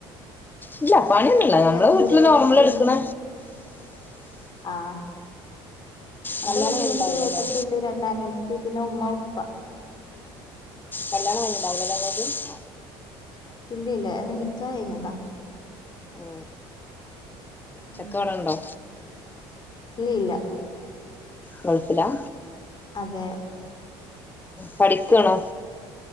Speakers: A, on the left; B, on the left.
A: ഇല്ല പണിയൊന്നല്ല നമ്മളെ
B: എനിക്കൊരു
A: വീട്ടില്
B: ഏട്ടത്തിണ്ട്
A: നോർമൽ എടുക്കണ
B: ആ എന്റെ
A: കല്യാണം
B: വീട്ടിൽ
A: കഴിഞ്ഞിണ്ടാവില്ലല്ലേ
B: എനിക്കൊരു ഏട്ടത്തിണ്ട് രണ്ടാനിയത്തി ട്ടീ പിന്നെ ഉ്മ്മ ഉപ്പ
A: കല്യാണം കയ്ഞ്ഞ് ണ്ടാവൂലലലെ ങ്ങൾത
B: ഇല്ല ഇല്ല എന്റെ നിക്കാഹ് കയിഞ്ഞതാ
A: ഓ
B: ഉം
A: ചെക്കനിവിടെണ്ടോ
B: ഇല്ല
A: ഗൾഫില
B: അതെ
A: പഠിക്കണോ